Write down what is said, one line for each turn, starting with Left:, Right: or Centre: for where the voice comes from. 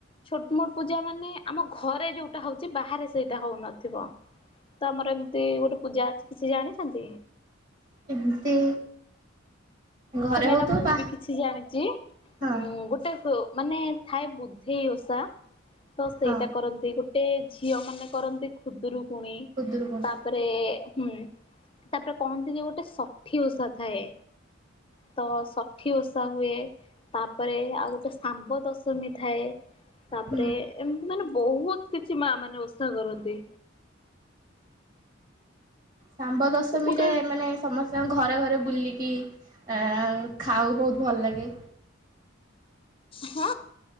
Left: ଛୋଟ୍ ମୋଟ୍ ପୂଜା ମାନେ ଆମ ଘରେ ଯୋଉଟା ହଉଛି ବାହାରେ ସେଇଟା ହଉନଥିବ। ତମର ଏମିତି ଗୋଟେ ପୂଜା ଅଛି କିଛି ଜାଣିଛନ୍ତି?
Right: ଏମିତି ଘରେ
Left: ତ ମ୍ୟାଡ଼ାମ
Right: ହଉଥିବ
Left: ମୁଁ
Right: ବା
Left: ବି କିଛି ଜାଣିଚି।
Right: ହଁ
Left: ଉଁ ଗୋଟାଏ ହୋ ମାନେ ଥାଏ ବୁଦ୍ଧେଇ ଓଷା ତ ସେଇଟା
Right: ହଁ
Left: କରନ୍ତି ଗୋଟେ ଝିଅ ମାନେ କରନ୍ତି। ଖୁଦୁରୁକୁଣୀ ତାପ।
Right: ଖୁଦୁରୁକୁଣୀ
Left: ତାପରେ ହୁଁ ତାପରେ କହନ୍ତି ଯେ ଗୋଟେ ଷଠି ଓଷା ଥାଏ। ତ ଷଠି ଓଷା ହୁଏ ତାପରେ ଆଉ ଗୋଟେ ଶାମ୍ବ ଦଶମୀ ଥାଏ। ତାପରେ
Right: ହୁଁ
Left: ଏମିତି ମାନେ ବହୁତ କିଛି ମା ମାନେ ଓଷା କରନ୍ତି।
Right: ଶାମ୍ବ ଦଶମୀରେ
Left: ଗୋଟେ
Right: ମାନେ। ସମସ୍ତଙ୍କ ଘରେ ଘରେ ବୁଲିକି ଆ ଖାଉ ବହୁତ ଭଲ ଲାଗେ।
Left: ହଁ